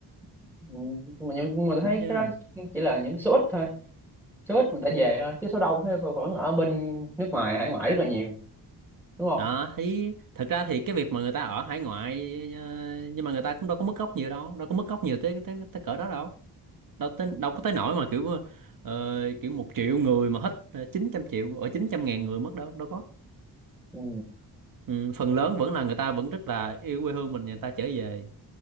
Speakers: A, in the centre; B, on the right (about 55°).
A: ừ, nhưng mà nhưng mà tôi thấy
B: đúng chưa
A: cái đó chỉ là những số ít thôi số ít người ta về thôi chứ số đông thì vẫn vẫn ở bên nước ngoài hải ngoại rất là nhiều đúng không
B: đó thì thật ra thì cái việc mà người ta ở hải ngoại ờ, nhưng mà người ta cũng đâu có mất gốc nhiều đâu đâu có mất gốc nhiều tới tới, tới cỡ đó đâu đâu tới, đâu có tới nỗi mà kiểu ờ, kiểu một triệu người mà hết ờ, chín trăm triệu ở 900 ngàn người mất đâu đâu có
A: ừ
B: Ừ, phần lớn vẫn là người ta vẫn rất là yêu quê hương mình người ta trở về